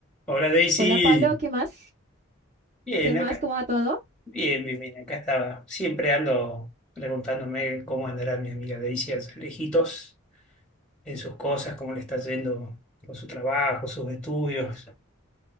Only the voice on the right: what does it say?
Hola Pablo, ¿qué más?
¿Qué más?
¿Cómo va todo?